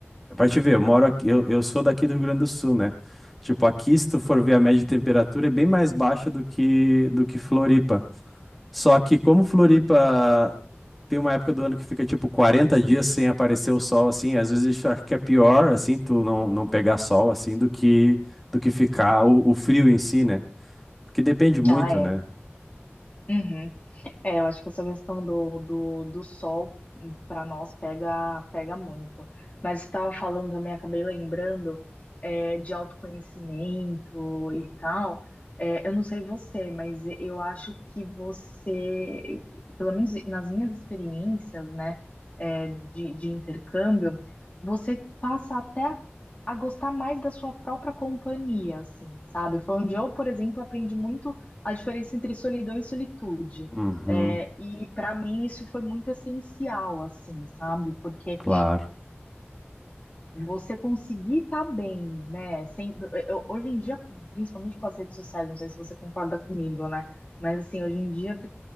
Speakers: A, in the centre; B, on the left (about 35°).
A: é pra te ver, eu moro aqui, eu, eu sou daqui do Rio Grande do Sul, né? Tipo, aqui se tu for ver a média de temperatura é bem mais baixa do que do que Floripa. Só que como Floripa tem uma época do ano que fica tipo 40 dias sem aparecer o sol, assim. Às vezes eu acho que é pior, assim, tu não, não pegar sol, assim, do que, do que ficar o, o frio em si, né? Porque depende muito,
B: Ah, é.
A: né?
B: Uhum. É, eu acho que essa questão do, do, do sol para nós pega, pega muito. Mas você estava falando também, acabei lembrando, é, de autoconhecimento e tal. É, eu não sei você, mas eu acho que você, pelo menos nas minhas experiências, né, é, de, de intercâmbio, você passa até a gostar mais da sua própria companhia, assim, sabe? Foi onde eu, por exemplo, aprendi muito a diferença entre solidão e solitude.
A: Uhum,
B: É, e para mim isso foi muito essencial, assim, sabe? Porque
A: claro.
B: você conseguir estar bem, né? Sem, eu- hoje em dia, principalmente com as redes sociais, não sei se você concorda comigo, né? Mas assim, hoje em dia